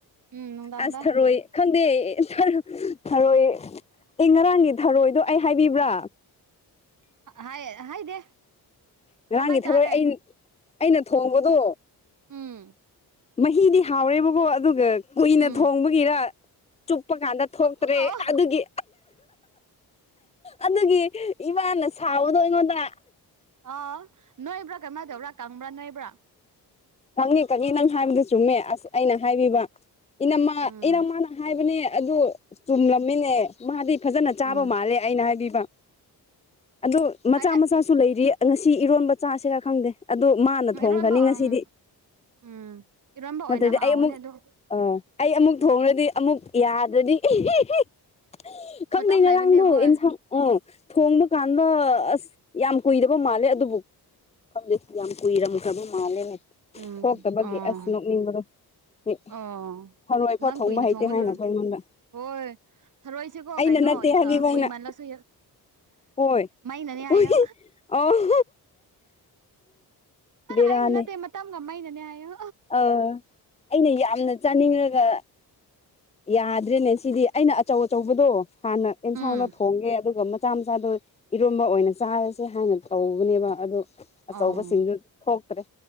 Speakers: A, on the right; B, on the left.
A: ꯎꯝ ꯅꯨꯡꯗꯥꯡꯗ
B: ꯑꯁ ꯊꯔꯣꯏ ꯈꯪꯗꯦ ꯑꯦ ꯊꯔꯣ ꯊꯔꯣꯏ ꯑꯦ ꯉꯔꯥꯡꯒꯤ ꯊꯔꯣꯏꯗꯣ ꯑꯩ ꯍꯥꯏꯕꯤꯕ꯭ꯔꯥ
A: ꯍꯥꯏ ꯍꯥꯏꯗꯦ
B: ꯉꯔꯥꯡꯒꯤ
A: ꯀꯔꯝꯍꯥꯏ
B: ꯊꯔꯣꯏ
A: ꯆꯥꯔꯦ
B: ꯑꯩ ꯑꯩꯅ ꯊꯣꯡꯕꯗꯣ
A: ꯎꯝ
B: ꯃꯍꯤꯗꯤ ꯍꯥꯎꯔꯦꯕꯀꯣ ꯑꯗꯨꯒ ꯀꯨꯏꯅ
A: ꯎꯝ
B: ꯊꯣꯡꯕꯒꯤꯔ ꯆꯨꯞꯄ ꯀꯥꯟꯗ
A: ꯊꯣꯛꯄ
B: ꯊꯣꯛꯇ꯭ꯔꯦ
A: ꯑꯣ
B: ꯑꯗꯨꯒꯤ ꯑꯗꯨꯒꯤ ꯏꯃꯥꯅ ꯁꯥꯎꯕꯗꯣ ꯑꯩꯉꯣꯟꯗ
A: ꯑꯥꯎ ꯅꯣꯏꯕ꯭ꯔꯥ ꯀꯩꯃꯥꯏ ꯇꯕ꯭ꯔꯥ ꯀꯪꯕ꯭ꯔꯥ ꯅꯣꯏꯕ꯭ꯔꯥ
B: ꯀꯪꯉꯤ ꯀꯪꯉꯤ ꯅꯪ ꯍꯥꯏꯕꯗꯨ ꯆꯨꯝꯃꯦ ꯑꯁ ꯑꯩꯅ ꯍꯥꯏꯕꯤꯕ ꯏꯅꯝꯃꯥ
A: ꯎꯝ
B: ꯏꯅꯝꯃꯥꯅ ꯍꯥꯏꯕꯅꯦ ꯑꯗꯨ ꯆꯨꯝꯂꯝꯃꯤꯅꯦ ꯃꯥꯗꯤ ꯐꯖꯅ
A: ꯎꯝ
B: ꯆꯥꯕ ꯃꯥꯜꯂꯦ꯫ ꯑꯩꯅ ꯍꯥꯏꯕꯤꯕ ꯑꯗꯨ
A: ꯎꯝ
B: ꯃꯆꯥ ꯃꯆꯥꯁꯨ ꯂꯩꯔꯤ <unintelligible> ꯁꯤ ꯏꯔꯣꯟꯕ ꯆꯥꯁꯤꯔ ꯈꯪꯗꯦ ꯑꯗꯣ ꯃꯥꯅ ꯊꯣꯡꯈ꯭ꯔꯅꯤ
A: ꯏꯔꯣꯟꯕ
B: ꯉꯁꯤꯗꯤ
A: ꯎꯝ ꯎꯝ ꯏꯔꯣꯟꯕ ꯑꯣꯏꯅ
B: ꯅꯠꯇ꯭ꯔꯗꯤ
A: ꯍꯥꯎꯅꯦ
B: ꯑꯩ ꯑꯃꯨꯛ
A: ꯑꯗꯨ
B: ꯑꯥ ꯑꯩ ꯑꯃꯨꯛ ꯊꯣꯡꯔꯗꯤ ꯑꯃꯨꯛ ꯌꯥꯗ꯭ꯔꯗꯤ <unintelligible> ꯈꯪꯗꯦ
A: ꯃꯇꯝ
B: ꯉꯔꯥꯡꯗꯨ
A: ꯂꯩꯕꯅꯤ ꯍꯣꯏ
B: ꯑꯦꯟꯁꯥꯡ ꯎꯝ ꯊꯣꯡꯕ ꯀꯥꯟꯗ ꯑꯁ ꯌꯥꯝ ꯀꯨꯏꯗꯕ ꯃꯥꯜꯂꯦ ꯑ ꯑꯗꯨꯕꯨ ꯈꯪꯗꯦ ꯌꯥꯝ ꯀꯨꯏꯔꯝꯈ꯭ꯔꯕ ꯃꯥꯜꯂꯦꯅꯦ
A: ꯎꯝ
B: ꯊꯣꯛꯇꯥꯕꯒꯤ
A: ꯑꯣ
B: ꯑꯁ ꯅꯣꯛꯅꯤꯡꯕꯗꯣ ꯍꯦꯛ
A: ꯑꯣ
B: ꯊꯔꯣꯏ ꯐꯥꯎ
A: ꯅꯪ
B: ꯊꯣꯡꯕ
A: ꯀꯨꯏꯅ
B: ꯍꯩꯇꯦ
A: ꯊꯣꯡꯕꯒꯤꯔ
B: ꯍꯥꯏꯅ ꯀꯣ ꯑꯩꯉꯣꯟꯗ
A: ꯍꯣꯏ ꯊꯥꯔꯣꯏꯁꯦꯀꯣ
B: ꯑꯩꯅ
A: ꯀꯩꯅꯣ
B: ꯅꯠꯇꯦ ꯍꯥꯏꯕꯤꯕ
A: ꯑꯥ
B: ꯑꯩꯅ
A: ꯀꯨꯏꯃꯜꯂꯁꯨ
B: ꯍꯣꯏ
A: ꯃꯩꯅꯅꯦ ꯍꯥꯏꯌꯣ
B: ꯎꯏ ꯑꯧ ꯕꯦꯔꯥꯅꯦ
A: ꯑꯩꯅ ꯅꯠꯇꯦ ꯃꯇꯝꯒ ꯃꯩꯅꯅꯦ ꯍꯥꯏꯌꯣ
B: ꯑꯥ ꯑꯩꯅ ꯌꯥꯝꯅ ꯆꯥꯅꯤꯡꯂꯒ ꯌꯥꯗ꯭ꯔꯦꯅꯦ ꯁꯤꯗꯤ ꯑꯩꯅ ꯑꯆꯧ ꯑꯆꯧꯕꯗꯣ ꯍꯥꯟꯅ ꯑꯦꯟꯁꯥꯡꯅ
A: ꯎꯝ
B: ꯊꯣꯡꯒꯦ ꯑꯗꯨꯒ ꯃꯆꯥ ꯃꯆꯥꯗꯣ ꯏꯔꯣꯝꯕ ꯑꯣꯏꯅ ꯆꯥꯔꯁꯦ ꯍꯥꯏꯅ ꯇꯧꯕꯅꯦꯕ ꯑꯗꯨ ꯑꯆꯧꯕꯁꯤꯡꯗꯨ
A: ꯑꯣ
B: ꯊꯣꯛꯇ꯭ꯔꯦ